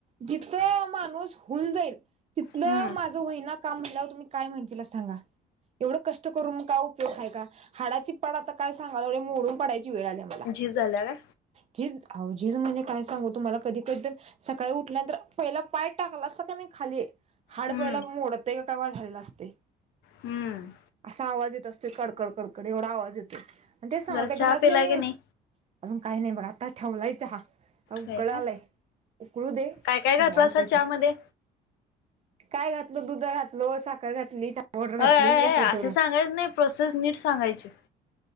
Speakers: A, on the right (about 40°); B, on the left (about 85°).
A: जिथं माणूस होऊन जाईल तिथल
B: हम्म
A: मा माझ वहिना काम म्हनल्यावर तुम्ही काय म्हणती सांगा? एवढं कष्ट करून मग काय उपयोग आहेय का हाडाची पाड आता काय सांगाल एढे मोडून पडायची वेळ आलीया
B: झिज झाल्या का?
A: झीज! अहो झीज म्हणजे काय सांगू तुम्हाला कधी कधीतर सकाळी उठल्यानंतर पहिला पाय टाकला असता का नाही खाली हाड
B: हम्म
A: पयला मोडतायका का काय वा झालेला असते.
B: हम्म.
A: असा आवाज येत असतो कडकड कडकड एवढा आवाज येतोय आणि ते सांग
B: जरा
A: त्या
B: चहा
A: घरातल्यानीं
B: पिलाय की नाही
A: अजून काही नाही बघा आता ठेवलाय चहा आता उकळा
B: होय काय
A: आलाय उकळू दे
B: काय काय घातलं
A: निवांत
B: असा
A: प्यायचं
B: चहा मध्ये
A: काय घातलं दुध घातल साखर घातली चहा पावडर
B: अय
A: घातली
B: आय
A: गॅसवर
B: असे
A: ठेवलं
B: सांगायच नाही प्रोसेस नीट सांगायची.